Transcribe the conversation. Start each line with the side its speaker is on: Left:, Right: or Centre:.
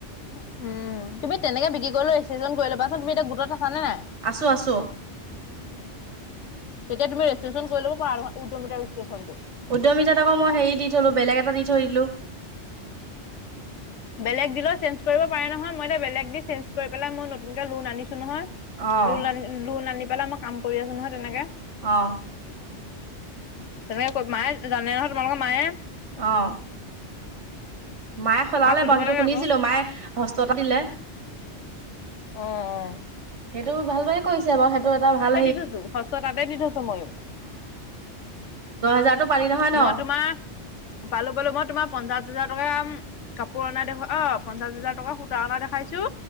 Left: উম তুমি তেনেকে বিক্ৰী কৰিলো ৰেষ্টছন কৰি ল'বাচোন তুমি এতিয়া গোটত আছা নে নাই?
Right: আছো আছো।
Left: তেতিয়া তুমি ৰেষ্টচন কৰি ল'ব পাৰ উদমিতা ৰেষ্টচনটো
Right: উদ্যমিতাত আকৌ মই হেৰি দি থলো বেলেগ এটা দি থৈ দিলোঁ
Left: বেলেগ দিলো চেঞ্জ কৰিব পাৰে নহয়, মই এতিয়া বেলেগ দি চেঞ্জ কৰি পেলায় নতুন কে লোন আনিছোঁ নহয়
Right: অঁ
Left: লোন আনি পেলাই মই কাম কৰি আছো নহয় তেনেকে
Right: অ
Left: তেনেকে কৰি মায়ে জানে নহয় তোমালোকৰ মায়ে
Right: অঁ মায়ে সলালে
Left: মাক সুধিব
Right: বাৰু সেইটো
Left: লাগে
Right: শুনিছিলো
Left: আকৌ। অ',
Right: মায়ে হস্ততা দিলে।
Left: অৱ অৱ
Right: এইটো ভাল কি কৰিছে বাওঁ সেইটো এটা ভাল
Left: থৈছো ষষ্ঠ তাতে দি থৈছো ময়ো
Right: সেই পালি নহয় ন।
Left: মই তোমাৰ পালো পালো মই তোমাৰ পঞ্চাশ হাজাৰ টকা ওম কাপোৰ অনা দেখুৱা অ পঞ্চা হাজাৰ টকা সূতা অনা দেখাইছো